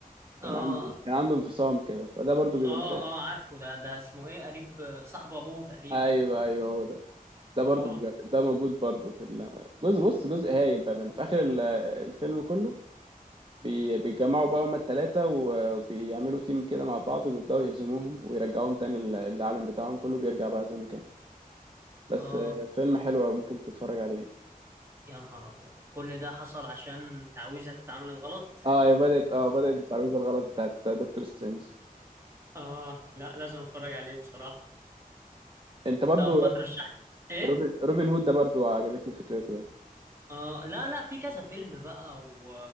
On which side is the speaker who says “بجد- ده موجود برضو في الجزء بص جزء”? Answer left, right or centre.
Right